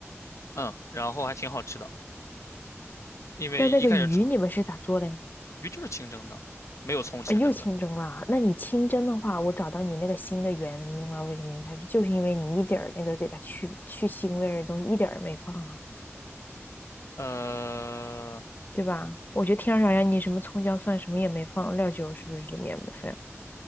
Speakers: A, on the left; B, on the left.
A: 嗯，然后还挺好吃的，因为一开始吃
B: 那那个鱼你们是咋做嘞？
A: 鱼就是清蒸的，没有葱清蒸的，
B: 啊，又清蒸了。那你清蒸的话，我找到你那个腥的原因了。为什么一开始就是因为你一点儿那个给它去去腥味儿的东西一点儿没放啊，
A: 呃，
B: 对吧？我觉得天上好像你什么葱姜蒜什么也没放，料酒是不是这面也没放？